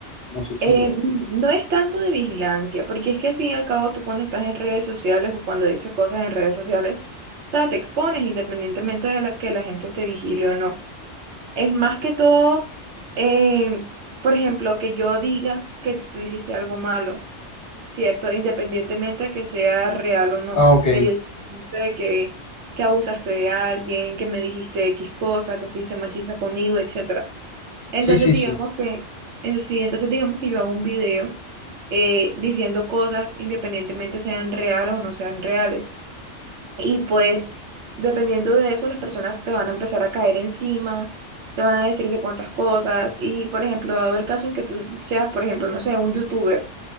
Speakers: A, on the left (about 25°); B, on the right (about 70°).
A: No sé si
B: Eh,
A: lo...
B: mm, no es tanto de vigilancia, porque es que al fin y al cabo tú cuando estás en redes sociales o cuando dices cosas en redes sociales, o sea, te expones independientemente de la, que la gente te vigile o no. Es más que todo, eh, por ejemplo, que yo diga que tú hiciste algo malo, ¿cierto? Independientemente de que sea real o no,
A: Ah, ok.
B: que yo no sé que, que abusaste de alguien, que me dijiste X cosa, que fuiste machista conmigo, etc. Entonces
A: Sí, sí,
B: digamos
A: sí.
B: que, entonces, sí, entonces digamos que yo hago un video eh, diciendo cosas independientemente sean reales o no sean reales. Y pues dependiendo de eso, las personas te van a empezar a caer encima, te van a decir de cuántas cosas. Y por ejemplo, dado el caso en que tú seas, por ejemplo, no sé, un youtuber